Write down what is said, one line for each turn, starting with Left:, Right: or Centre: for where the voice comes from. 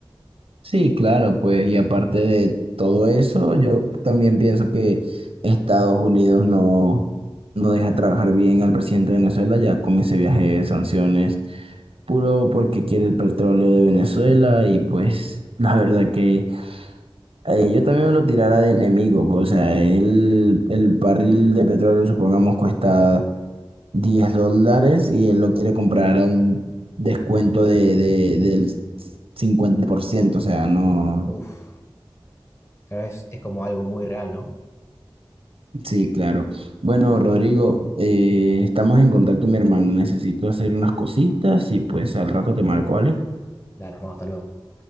Right: Sí, claro, pues, y aparte de todo eso, yo también pienso que Estados Unidos no, no deja trabajar bien al presidente de Venezuela ya con ese viaje de sanciones, puro porque quiere el petróleo de Venezuela y pues <laughs> la verdad que eh, yo también me lo tirara de enemigo, pues, o sea, el, el barril de petróleo supongamos cuesta 10 dólares y él lo quiere comprar a un descuento de, de, del 50%, o sea, no.
Left: Uf, la verdad es, es como algo muy real, ¿no?
Right: Sí, claro. Bueno, Rodrigo, eh, estamos en contacto, mi hermano. Necesito hacer unas cositas y pues al rato te marco, ¿vale?
Left: Dale, hermano, hasta luego.